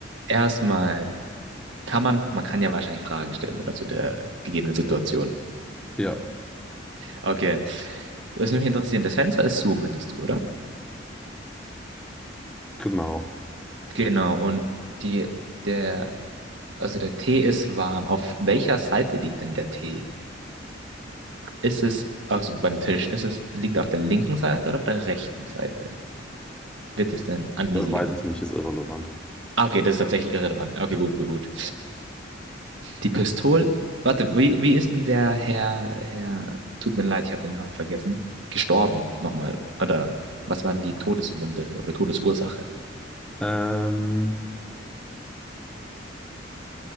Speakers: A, on the right; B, in the centre.
A: Erstmal kann man, man kann ja wahrscheinlich Fragen stellen oder zu der gegebenen Situation.
B: Ja.
A: Okay, das würde mich interessieren. Das Fenster ist zu, meintest du, oder?
B: Genau,
A: Genau, und die, der, also der Tee ist warm. Auf welcher Seite liegt denn der Tee? Ist es, also beim Tisch, ist es, liegt er auf der linken Seite oder auf der rechten Seite? Wird es denn angegeben?
B: das weiß ich nicht, ist irrelevant.
A: Ah, Okay, das ist tatsächlich irrelevant. Okay,
B: Ja.
A: gut, gut, gut. Die Pistole. Warte, wie, wie ist denn der Herr, Herr, tut mir leid, ich habe den Namen vergessen, gestorben nochmal? Oder was waren die Todeswunde oder Todesursache?
B: Ähm,